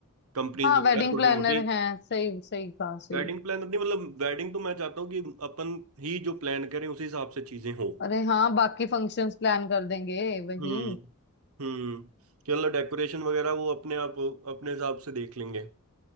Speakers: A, on the right; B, on the left.
A: कंपनीज
B: हाँ
A: वगैरह
B: वेडिंग
A: छोटी
B: प्लानर
A: मोटी
B: हैं सही सही कहा सही
A: वेडिंग प्लानर नहीं मतलब वेडिंग तो मैं चाहता हूँ कि अपन ही जो प्लान करें उसी हिसाब से चीजें हों
B: अरे हाँ बाकी फंक्शंस प्लान कर देंगे वही
A: हम्म हम्म चलो डेकोरेशन वगैरह वो अपने आप अपने हिसाब से देख लेंगे